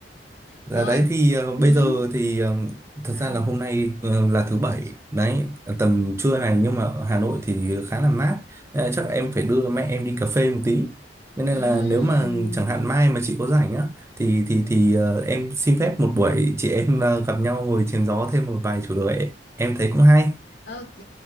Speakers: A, on the right (about 15°); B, on the left (about 70°).
A: là
B: thôi
A: đấy thì ờ, bây
B: hứ,
A: giờ thì ờ, thật
B: sao
A: ra là hôm nay ờ, là thứ bảy đấy tầm trưa này nhưng mà ở Hà Nội thì khá là mát Ờ, chắc em phải đưa mẹ em đi cà phê một tí cho nên
B: Ừm,
A: là nếu mà chẳng hạn mai mà chị có rảnh á thì thì thì ờ, em xin phép một buổi chị em ờ, gặp nhau ngồi chém gió thêm một vài chủ đề em thấy cũng hay
B: ok